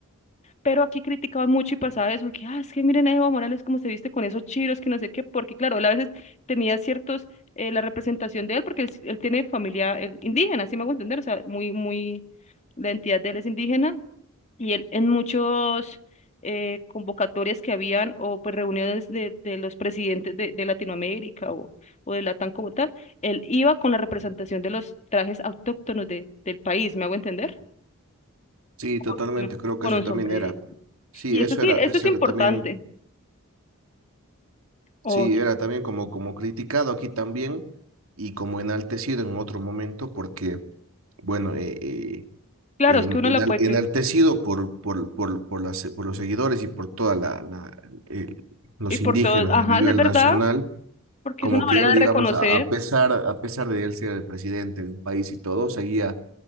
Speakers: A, on the left (about 30°); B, on the right (about 70°).
A: Pero aquí criticaban mucho y pasaba eso, que, ah, es que miren a Evo Morales cómo se viste con esos chiros, que no sé qué, porque claro, él a veces tenía ciertos, eh, la representación de él, porque él, él tiene familia él indígena, así me hago entender, o sea, muy, muy, la entidad de él es indígena, y él en muchos eh, convocatorias que habían, o pues reuniones de, de los presidentes de, de Latinoamérica o, o de Latam como tal, él iba con la representación de los trajes autóctonos de, del país, ¿me hago entender?
B: Sí,
A: Con
B: totalmente, creo que
A: con
B: eso
A: un
B: también
A: sombrero.
B: era, sí,
A: Y
B: eso
A: eso sí,
B: era,
A: eso
B: eso
A: es importante.
B: era también,
A: O,
B: sí, era también como, como criticado aquí también y como enaltecido en otro momento porque, bueno, eh, eh,
A: claro,
B: eh,
A: es
B: enal-
A: que uno la puede
B: enaltecido
A: creer.
B: por, por, por, por, las- por los seguidores y por toda la, la- el- los
A: Y por
B: indígenas
A: todos, ajá,
B: a nivel
A: es verdad,
B: nacional,
A: porque
B: como
A: es una
B: que
A: manera
B: él, digamos,
A: de reconocer.
B: a, a pesar, a pesar de él ser el presidente de un país y todo, seguía,